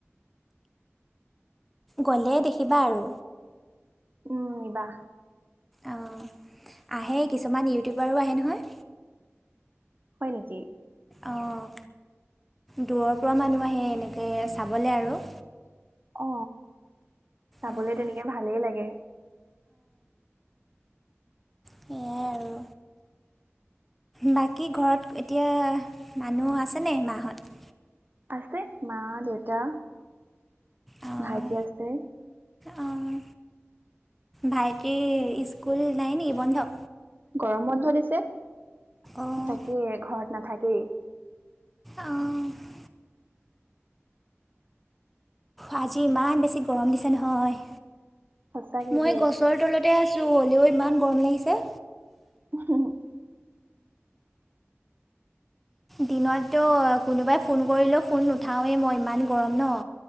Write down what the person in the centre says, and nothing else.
গ'লে দেখিবা আৰু
অ, আহে কিছুমান ইউটিউবাৰো আহে নহয়।
অ', দূৰৰ পৰা মানুহ আহে এনেকে চাবলৈ আৰু।
অঁ
সেয়াই আৰু বাকী ঘৰত এতিয়া মানুহ আছেনে মাহত?
অঁ
অঁ ভাইটিৰ স্কুল নাই নেকি বন্ধ?
অঁ
অঁ আজি ইমান বেছি গৰম দিছে নহয়।
মই
গছৰ তলতে আছ ছো হ'লেও ইমান গৰম লাগিছে।
দিনতো কোনোবাই ফোন কৰিলেওঁ ফোন নুঠাওৱেই মই ইমান গৰম ন